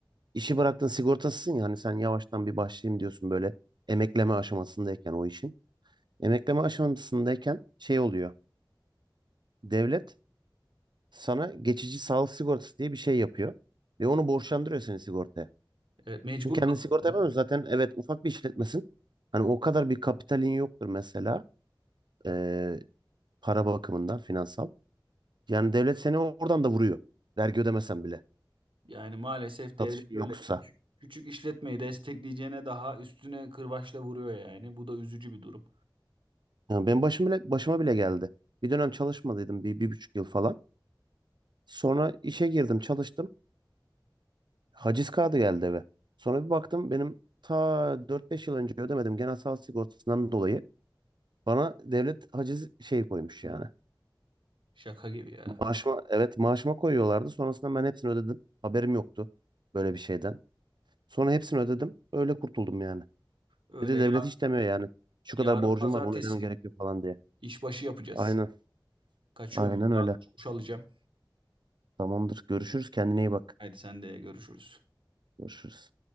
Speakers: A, on the right (about 60°); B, on the right (about 80°).
A: İşi bıraktın sigortasısın ya hani sen yavaştan bir başlayayım diyorsun böyle emekleme aşamasındayken o işin. Emekleme aşamasındayken şey oluyor. Devlet sana geçici sağlık sigortası diye bir şey yapıyor. Ve onu borçlandırıyor seni sigortaya.
B: Evet mecbur
A: Çünkü kendin
B: kalıyor.
A: sigorta yapamıyorsun. Zaten evet ufak bir işletmesin. Hani o kadar bir kapitalin yoktur mesela. ee, para bakımından finansal. Yani devlet seni oradan da vuruyor. Vergi ödemesen bile.
B: Yani maalesef devlet
A: satışın
B: öyle
A: yoksa.
B: küçük küçük işletmeyi destekleyeceğine daha üstüne kırbaçla vuruyor yani. Bu da üzücü bir durum.
A: Yani benim başım bile, başıma bile geldi. Bir dönem çalışmadıydım bir, bir buçuk yıl falan. Sonra işe girdim çalıştım. Haciz kağıdı geldi eve. Sonra bir baktım benim ta dört beş yıl önce ödemedim genel sağlık sigortasından dolayı. Bana devlet haciz şeyi koymuş yani.
B: Şaka gibi ya.
A: Maaşıma, evet maaşıma koyuyorlardı. Sonrasında ben hepsini ödedim. Haberim yoktu böyle bir şeyden. Sonra hepsini ödedim. Öyle kurtuldum yani.
B: Öyle
A: Bir de
B: ya-
A: devlet hiç demiyor yani. Şu
B: yarın
A: kadar borcum
B: pazartesi
A: var bunu ödemen gerekiyor falan diye.
B: işbaşı yapacağız.
A: Aynen.
B: Kaçıyorum
A: Aynen
B: ben.
A: öyle.
B: Daha doğrusu duş alacağım.
A: Tamamdır. Görüşürüz. Kendine iyi bak.
B: Haydi sen de görüşürüz.
A: Görüşürüz.